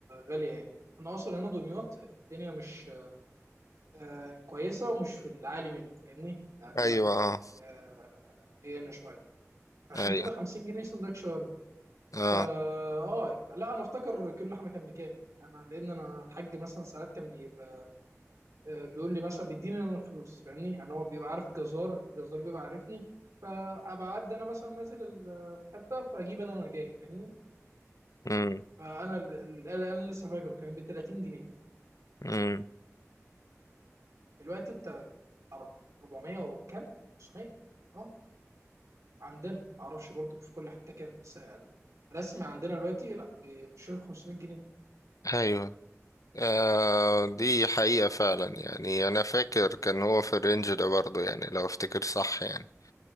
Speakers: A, on the right (about 70°); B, on the left (about 85°).
A: غالية يعني انا اصلا هنا دمياط الدنيا مش آه، كويسة ومش في العالي منه فاهمني يعني
B: ايوه
A: لا
B: اه
A: آه، هي هنا شوية عشان
B: ايوه
A: كده 50 جنيه سندوتش وارد
B: اه
A: فا اه لا انا افتكر كيلو لحمة كان بكام انا لان انا الحاج مثلا ساعات كان بيبقى آه، بيقول لي مثلا بيديني انا الفلوس فاهمني يعني هو بيبقى عارف الجزار الجزار بيبقى عارفني فابقى اعدي انا مثلا نازل ال- حته فاجيب انا وانا جاي فاهمني
B: امم
A: فانا ال- ال- ال- انا لسه فاكره كان ب 30 جنيه
B: امم
A: دلوقتي انت أر- 400 وكام 500 اه عندنا معرفش برضو في كل حته كام بس الرسمي عندنا دلوقتي لا بيخش له في 500 جنيه
B: ايوه آه دي حقيقة فعلا يعني أنا فاكر كان هو في الرينج ده برضه يعني لو أفتكر صح يعني